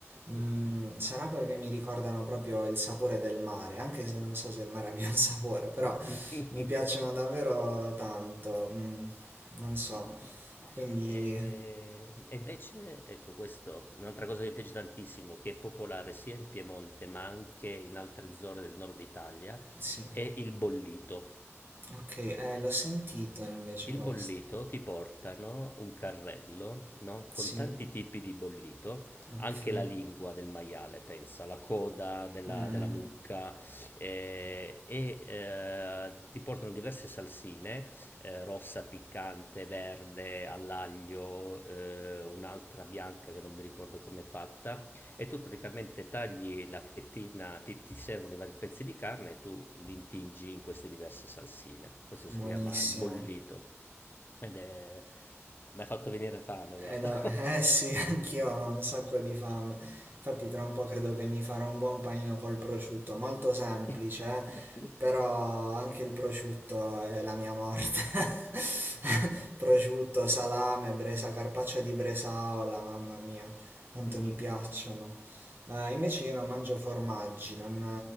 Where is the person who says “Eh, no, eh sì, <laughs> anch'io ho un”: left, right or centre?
Right